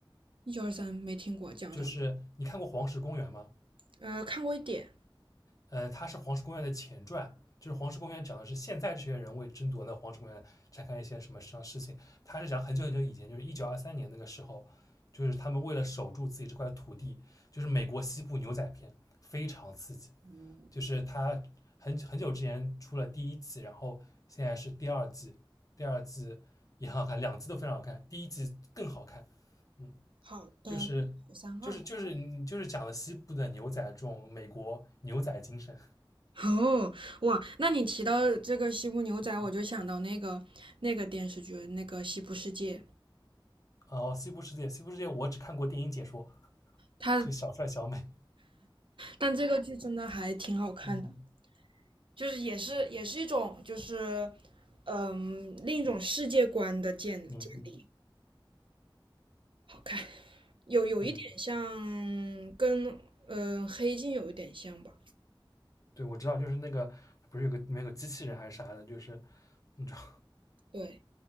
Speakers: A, on the right (about 70°); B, on the left (about 40°).
A: 一九二三没听过，讲什么？
B: 就是你看过《黄石公园》吗？
A: 呃，看过一点。
B: 呃，它是《黄石公园》的前传，就是《黄石公园》讲的是现在这些人为争夺那黄石公园展开一些什么什么事情。它是讲很久很久以前，就是一九二三年那个时候，就是他们为了守住自己这块土地，就是美国西部牛仔片，非常刺激。
A: 嗯
B: 就是它很很久之前出了第一季，然后现在是第二季，第二季也很好看，两季都非常好看，第一季更好看。嗯，
A: 好的，
B: 就是就是就是你就是讲了西部的牛仔这种美国牛仔精神。
A: 好三二。哦，哇，那你提到这个西部牛仔，我就想到那个那个电视剧，那个《西部世界》，
B: 哦，《西部世界》，《西部世界》我只看过电影解说，
A: 它
B: 就小帅小美。
A: 但这个剧真的还挺好看的，
B: 嗯
A: 就是也是也是一种就是嗯另一种世界观的建建立，
B: 嗯嗯
A: 好看，有有一点像
B: 嗯，
A: 跟嗯、呃黑镜有一点像吧，
B: 对，我知道，就是那个不是有个里面有个机器人还是啥的，就是你知道，
A: 对。